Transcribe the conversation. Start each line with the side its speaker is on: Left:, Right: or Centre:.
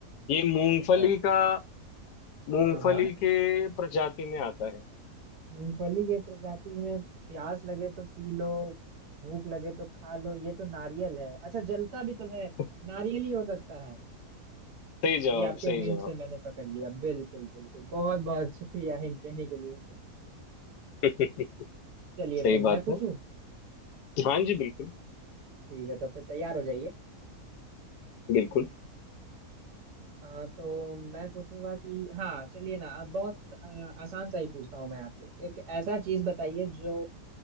Left: ये मूंगफली
Right: अच्छा
Left: का मूंगफली
Right: हाँ हाँ
Left: के प्रजाति में आता है
Right: मूंगफली के प्रजाति में प्यास लगे तो पी लो भूख लगे तो खा लो ये तो नारियल है अच्छा जलता भी तो है
Left: <laughs>
Right: नारियल ही हो सकता है
Left: सही जवाब
Right: जी आपके
Left: सही
Right: हिंट
Left: जवाब
Right: से मैंने पकड़ लिया बिल्कुल बिल्कुल बहुत बहुत शुक्रिया हिंट देने के लिए
Left: <laughs>
Right: चलिए
Left: सही
Right: फिर
Left: बात
Right: मैं पूछूं
Left: है हाँ जी बिल्कुल
Right: ठीक है तो फिर तैयार हो जाइए
Left: बिल्कुल
Right: आ, तो मैं पूछूंगा कि हाँ चलिए ना अब बहुत आ, आसान सा ही पूछता हूँ मैं आपसे एक ऐसा चीज बताइए जो